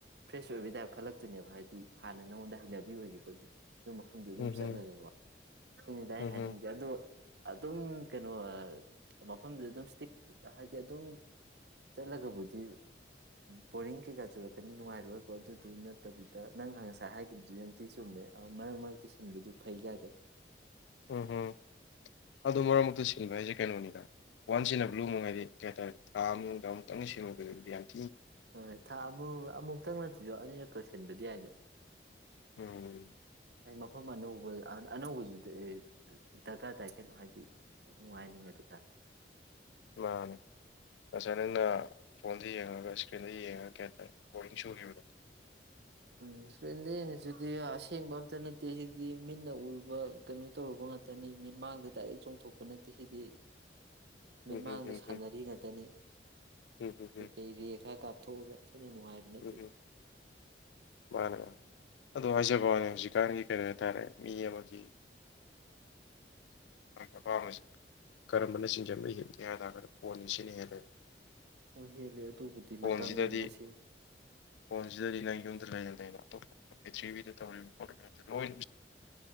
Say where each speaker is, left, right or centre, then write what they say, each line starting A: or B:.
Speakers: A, on the right; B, on the left.
A: ꯐ꯭ꯔꯦꯁ ꯑꯣꯏꯕ ꯇꯥꯏꯞ ꯈꯜꯂꯛꯇꯣꯏꯅꯦꯕ ꯍꯥꯏꯗꯤ ꯍꯥꯟꯅ ꯅꯪꯉꯣꯟꯗ ꯍꯩꯅꯕꯤ ꯑꯣꯏꯈꯤꯕꯒꯤ ꯑꯗꯨ ꯃꯐꯝꯗꯨ ꯑꯗꯨꯝ
B: ꯎꯝ
A: ꯆꯠꯂꯒꯦꯀꯣ
B: ꯍꯝ
A: ꯁꯤꯅꯤꯗ ꯑꯩ
B: ꯎꯝ
A: ꯍꯥꯏꯅꯤꯡꯤꯁꯦ
B: ꯍꯝ
A: ꯑꯗꯣ ꯑꯗꯨꯝ ꯀꯩꯅꯣ ꯃꯐꯝꯗꯨ ꯑꯗꯨꯝ ꯏꯁꯇꯤꯛ ꯍꯥꯏꯗꯤ ꯑꯗꯨꯝ ꯆꯠꯂꯒꯕꯨꯗꯤ ꯕꯣꯔꯤꯡ ꯀꯩꯀꯥ ꯆꯨꯔꯛꯀꯅꯤ ꯅꯨꯡꯉꯥꯏꯔꯣꯏꯀꯣ ꯑꯗꯨꯗꯨ ꯅꯠꯇꯕꯤꯗ ꯅꯪ ꯉꯁꯥꯏ ꯍꯥꯏꯈꯤꯕꯗꯨ ꯌꯥꯝ ꯊꯤ ꯆꯨꯝꯃꯦ ꯃꯔꯛ ꯃꯔꯛꯇ ꯁꯤꯟꯕꯗꯨ ꯐꯩ ꯀꯥꯏꯗꯣ
B: ꯎꯝ ꯎꯝ ꯑꯗꯨ ꯃꯔꯛ ꯃꯔꯛꯇ ꯁꯤꯟꯕ ꯍꯥꯏꯁꯦ ꯀꯩꯅꯣꯅꯤꯒ ꯋꯥꯟꯁꯤꯅ ꯕ꯭ꯂꯨ ꯃꯨ ꯍꯥꯏꯗꯤ ꯀꯩ ꯍꯥꯏꯇꯥꯔꯦ ꯊꯥ ꯑꯃꯗ ꯑꯃꯨꯛꯇꯪꯒꯤ ꯁꯤꯟꯃꯗ ꯗꯤ꯭ꯟ ꯇꯦ
A: ꯑꯣ ꯊ ꯑꯕꯨ ꯑꯃꯨꯛꯇꯪ ꯅꯠꯇ꯭ꯁꯨ ꯑꯅꯤꯔꯛꯛꯇꯛꯁꯟꯕꯗꯤ ꯌꯥꯏꯗ
B: ꯎꯝ
A: ꯑꯩ ꯃꯐꯝ ꯑꯅꯧꯕ ꯑꯅꯧꯕꯁꯤꯗ ꯗꯔꯀꯥꯔ ꯇꯥꯏ ꯀꯩꯅꯣ ꯍꯥꯏꯗꯤ ꯅꯨꯡꯉꯥꯏꯅꯤꯡꯉꯗꯤ ꯈꯔ
B: ꯃꯥꯅꯦ ꯉꯁꯥꯏ ꯅꯪꯅ ꯐꯣꯟꯗ ꯌꯦꯡꯉꯒ ꯏꯁꯀ꯭ꯔꯤꯟꯗ ꯌꯦꯡꯉꯒ ꯀꯩ ꯍꯥꯏꯇꯥꯔꯦ ꯕꯣꯔꯗꯤꯡ ꯁꯨꯈꯤꯕꯗꯣ
A: ꯎꯝꯦꯟ ꯑꯗꯨꯗꯤ ꯑꯁꯦꯡꯕ ꯑꯝꯇ ꯅꯠꯇꯦ ꯁꯤꯗꯤ ꯃꯤꯠꯅ ꯎꯔꯨ ꯀꯩꯅꯣ ꯇꯧꯔꯨꯕ ꯉꯥꯛꯇꯅꯤ ꯃꯤꯠ ꯃꯥꯡꯗ ꯗꯥꯏꯔꯦꯛ ꯆꯣꯡꯊꯣꯛꯄ ꯅꯠꯇꯦ ꯁꯤꯗꯤ ꯃꯤꯠꯃꯥꯡꯗ
B: ꯎꯝ ꯍꯝ ꯍꯝ
A: ꯁꯥꯟꯅꯔꯤ
B: ꯍꯝ
A: ꯉꯥꯛꯇꯅꯤ
B: ꯎꯝ ꯍꯝ
A: ꯀꯩꯀꯩ
B: ꯍꯝ
A: ꯔꯦ ꯈꯔ ꯀꯥꯞꯊꯣꯛꯑꯒ ꯩꯅ ꯅꯨꯡꯉꯥꯏꯕ ꯅ
B: ꯎꯝ ꯍꯝ ꯃꯥꯅꯦ ꯃꯥꯅꯦ ꯑꯗꯨꯗꯣ ꯍꯥꯏꯖꯕꯅꯦ ꯍꯧꯖꯤꯛꯀꯥꯟꯒꯤ ꯀꯔꯤ ꯍꯥꯏꯇꯥꯔꯦ ꯃꯤ ꯑꯃꯒꯤ
A: ꯑꯗꯨ
B: ꯑꯄꯥꯝꯕꯕꯁꯤ ꯀꯔꯝꯕꯅ ꯆꯤꯡꯖꯅ ꯍꯦꯞꯒꯦ ꯍꯥꯏꯕꯇꯥꯔꯒꯗ ꯐꯣꯟꯅꯤ ꯁꯤꯅ ꯍꯦꯂꯦ
A: ꯍꯣꯏ ꯍꯦꯂ ꯑꯗꯨꯕꯨꯗꯤ
B: ꯐꯣꯟꯁꯤꯗꯗꯤ
A: ꯃꯇꯝꯅꯤꯗꯅ ꯁꯤ
B: ꯐꯣꯟꯁꯤꯗꯗꯤ ꯅꯪ ꯌꯨꯝꯗ ꯂꯩꯅ ꯂꯩꯕ ꯑꯇꯣꯞ ꯄ꯭ꯔꯤꯊ꯭ꯔꯤꯕꯕꯤꯗ ꯇꯧꯔꯤꯕ ꯄꯣꯠꯌꯥꯝ ꯂꯣꯏ